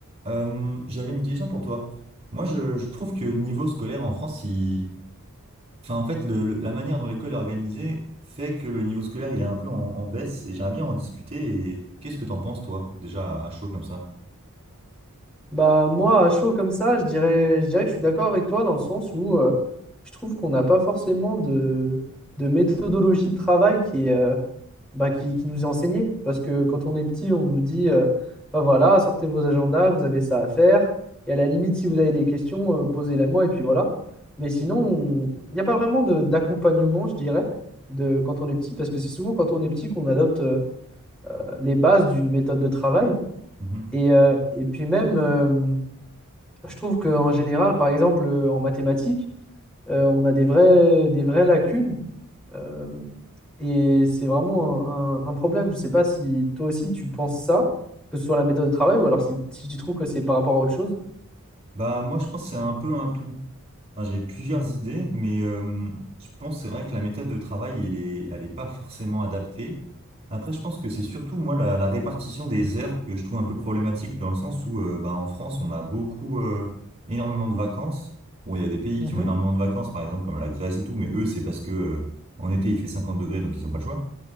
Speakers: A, on the right (about 25°); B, in the centre.
A: Euh, j'avais une question pour toi. Moi, je, je trouve que le niveau scolaire en France, il... enfin, en fait, le- le- la manière dont l'école est organisée fait que le niveau scolaire, il est un peu en, en baisse et j'aimerais bien en discuter. Et qu'est-ce que t'en penses, toi, déjà à, à chaud comme ça?
B: Bah moi, à chaud comme ça, je dirais, je dirais que je suis d'accord avec toi dans le sens où euh, je trouve qu'on n'a pas forcément de, de méthodologie de travail qui, est, euh, bah, qui, qui nous est enseignée. Parce que quand on est petit, on nous dit, euh, bah voilà, sortez vos agendas, vous avez ça à faire. Et à la limite, si vous avez des questions, euh, posez-les moi et puis voilà. Mais sinon, on- il n'y a pas vraiment de- d'accompagnement, je dirais, de quand on est petit, parce que c'est souvent quand on est petit qu'on adopte euh, les bases d'une méthode de travail.
A: Mhm.
B: Et, euh, et puis même... Je trouve qu'en général, par exemple, euh, en mathématiques, euh, on a des vraies, des vraies lacunes euh, et c'est vraiment un, un- un problème. Je ne sais pas si toi aussi tu penses ça, que ce soit la méthode de travail ou alors si, si tu trouves que c'est par rapport à autre chose.
A: Bah moi je pense que c'est un peu un tout. Enfin, j'ai plusieurs idées, mais euh, je pense que c'est vrai que la méthode de travail, elle est, elle est pas forcément adaptée. Après, je pense que c'est surtout moi la, la répartition des heures que je trouve un peu problématique dans le sens où euh, bah, en France, on a beaucoup euh, énormément de vacances. Bon, il y a des pays
B: Mhm,
A: qui ont énormément de vacances, par exemple comme la Grèce et tout, mais eux, c'est parce que euh, en été, il fait 50 degrés, donc ils n'ont pas le choix.